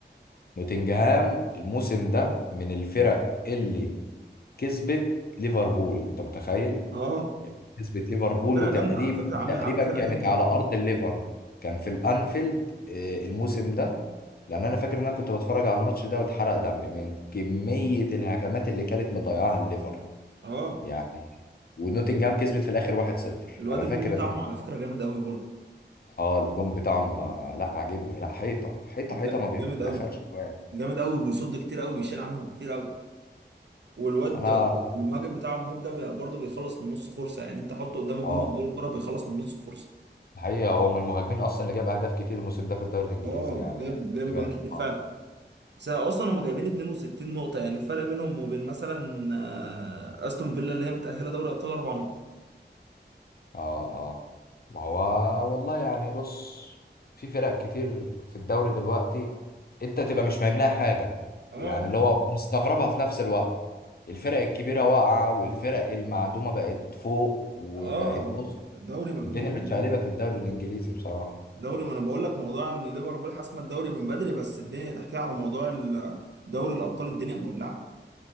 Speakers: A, on the left (about 55°); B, on the right (about 70°).
A: نوتنجهام الموسم ده من الفرق اللي كسبت ليفربول انت متخيل
B: اه
A: يعني كسبت ليفربول
B: فرقة
A: وتقريبا
B: جامدة على فكرة عامل
A: تقريبا
B: عامل فرقة
A: كانت
B: جامدة
A: على
B: قوي
A: ارض الليفر كان في الانفيلد آه، الموسم ده لان انا فاكر ان انا كنت بتفرج على الماتش ده واتحرق دمي من كمية الهجمات اللي كانت مضيعاها الليفر
B: اه
A: يعني ونوتنجهام كسبت في الاخر 1-0
B: الواد
A: انا
B: الجون
A: فاكر
B: بتاعهم على فكرة جامد قوي برضه
A: اه الجون بتاعهم آه، لا عاجبني لا حيطه حيطه
B: جا-
A: حيطه ما
B: جامد
A: بيدخلش
B: قوي
A: جوان
B: جامد قوي وبيصد كتير قوي بيشيل عنهم كتير قوي والواد
A: انا
B: ده والمهاجم بتاعه موت ده بي- برضه بيخلص من نص فرصه يعني انت حطه قدام الجون
A: اه
B: واديله الكره بيخلص من نص فرصه
A: الحقيقه هو من المهاجمين اصلا اللي جاب اهداف كتير الموسم ده في الدوري الانجليزي
B: اه
A: يعني
B: جايب
A: أنا
B: جايب
A: كنت
B: جوان
A: بقى-
B: كتير فعلا
A: اه
B: بس اصلا هم جايبين 62 نقطه يعني الفرق بينهم وبين مثلا آه، استون فيلا اللي هي متاهله دوري ابطال اربع نقط
A: اه آه. ما هو والله يعني بص في فرق كتير في الدوري دلوقتي انت تبقى مش فاهم لها حاجه
B: اه
A: يعني اللي هو مستغربها في نفس الوقت الفرق الكبيره واقعه والفرق المعدومه بقت فوق وبقت
B: اه
A: بص
B: الدوري مجنون
A: الدنيا
B: والله
A: متشقلبه في الدوري الانجليزي بصراحه
B: دوري ما انا بقول لك موضوع ان ليفربول حاسمه الدوري من بدري بس الدنيا تحتها على موضوع ال- دوري الابطال الدنيا مولعه